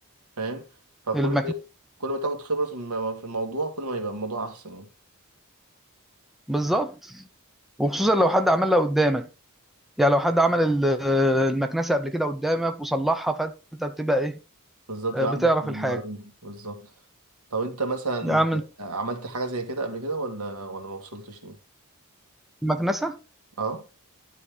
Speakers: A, on the right; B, in the centre.
A: فاهم فكل
B: المكن
A: كل ما تاخد خبرة في الم- في الموضوع كل ما يبقى الموضوع أحسن يعني
B: بالظبط وخصوصا لو حد عملها قدامك يعني لو حد عمل ال- المكنسة قبل كده قدامك وصلحها فانت بتبقى ايه
A: بالظبط
B: بتعرف
A: يبقى عندك المعلومة
B: الحاجة
A: بالظبط طب انت مثلا
B: يا عم
A: عملت حاجة زي كده قبل كده ولا ولا ما وصلتش ليه؟
B: المكنسة
A: اه